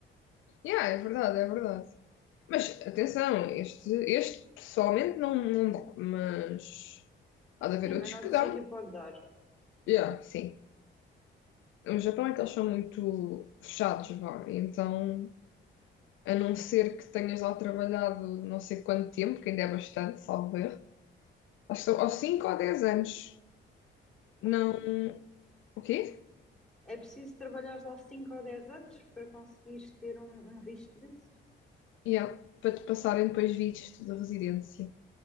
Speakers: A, on the left; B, in the centre.
A: Yeah, é verdade, é verdade. Mas atenção, este, este pessoalmente não, não dá, mas há de haver
B: Sim, mas
A: outros
B: noutro
A: que dão.
B: sítio pode dar.
A: Yeah, sim. O Japão é que
B: Não.
A: eles são muito fechados, vá. Então, a não ser que tenhas lá trabalhado não sei quanto tempo, que ainda é bastante, salvo erro. Acho que são aos cinco ou dez anos Não.
B: Então.
A: O quê?
B: É preciso trabalhar lá 5 ou 10 anos para conseguires ter um, um visto desses?
A: Yeah. Para te passarem depois vistos da residência.